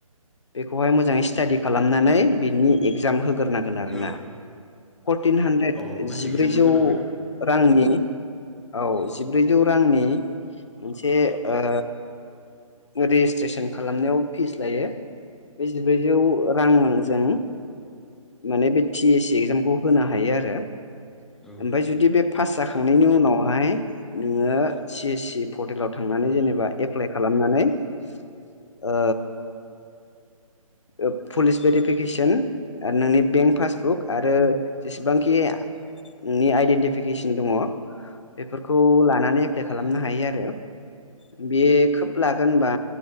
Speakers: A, on the left (about 55°); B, in the centre.
A: बेखौहाय मोजाङै स्टाडि खालामनानै बिनि एगजाम होग्रोनांगोन आरोना
B: ओं
A: फर्टिन हानद्रेद
B: औ मा
A: जिब्रैजौ
B: एगजामबो होनांगोन
A: रांनि औ जिब्रैजौ रांनि मोनसे ओ रेजिसट्रेसन खालामनायाव फिस लायो। बे जिब्रैजौ रांजों माने बे टि एस सि एगजामखौ होनो हायो आरो
B: औ
A: ओमफाय जुदि बे पास जाखांनायनि उनावहाय नोङो सि एस सि पर्टेलाव थांनानै जेनेबा एप्लाइ खालामनानै ओ ओ पुलिस भेरिफिकेसन ओ नोंनि बेंक पासबुक आरो जेसेबांखि नोंनि आइडेन्टिफिकेसन दङ बेफोरखौ लानानै एप्लाइ खालामनो हायो आरो बे खोब लागोन होनबा